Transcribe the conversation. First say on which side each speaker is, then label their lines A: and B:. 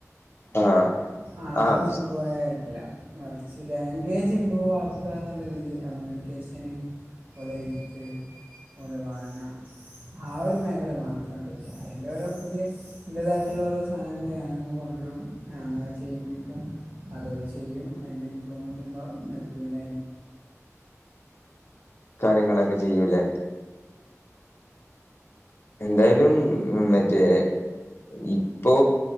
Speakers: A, on the left; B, on the right.
A: ആഹ്
B: ആ
A: ആഹ്
B: ഒരു സംഭവേ അല്ല മറിച്ച് ലാംഗ്വേജ് ഇമ്പ്രൂവ് ആക് ക്കാന്നുള്ള രീതിയില് കമ്മ്യൂണിക്കേഷന് ഓലെ എഴുത്ത് ഓലെ വായന ആഹ് ഒരു മേഖല മാത്രം ആയിട്ടോക്ക്യാ ഇൻ്റെ ഓരോ പുതിയ ഇൻ്റേതായിട്ടുള്ള ഒരു സധനങ്ങള് ഞാനന്നെ കൊണ്ട്രും ഞങ്ങ അത് ചെയ്യിപ്പിക്കും. അതോല് ചെയ്യും അതിന്റെ ഇമ്പ്രൂവ്മെന്റ് ഇണ്ടാവും എന്നിട്ട് പിന്നെ അതി
A: കാര്യങ്ങളൊക്കെ ചെയ്യൂലേ എന്തായാലും മറ്റേ ഈ ഇപ്പോ